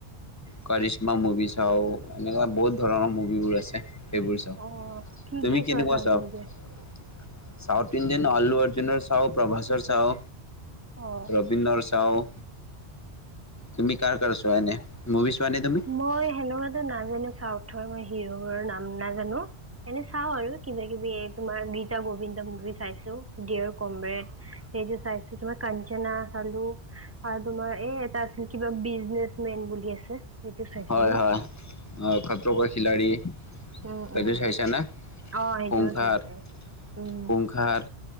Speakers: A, on the left; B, on the right.
A: কৰিশ্মা মুভি চাওঁ এনেকুৱা বহুত ধৰণৰ মুভিবোৰ আছে। সেইবোৰ চাওঁ,
B: অ কি
A: তুমি
B: কি চোৱা
A: কেনেকুৱা
B: চাউথ
A: চোৱা?
B: ইণ্ডিয়ান
A: ছাউথ ইণ্ডিয়ান আলু অৰ্জুনৰ চাওঁ, প্ৰভাসৰ চাওঁ,
B: অ
A: ৰবীন্দ্ৰৰ চাওঁ তুমি কাৰ কাৰ ছোৱা এনে, মভিছোৱা নে তুমি?
B: মই সেনেকুৱাকৃ নাজানো ছাউথৰ মই হি'ৰবোৰৰ নাম নাজানো এনে চাওঁ আৰু কিবা। কিবি তোমাৰ গীতা গোবিন্দ মুভি চাইছো, ডিয়ৰ কমৰেড এইটো চাইছো, তোমাৰ কাঞ্চনা চালো আৰু তোমাৰ এ এটা আছিল কিবা বিজনেচ মেন বুলি আছে সেইটো চাইছিলো
A: হয়, হয় অ' খত্ৰো কা খিলা়ৰী
B: উম
A: এইটো
B: উম
A: চাইছা নে
B: অ সেইটোও
A: খুংখৰ
B: চাইছো উম
A: খুংখাৰ।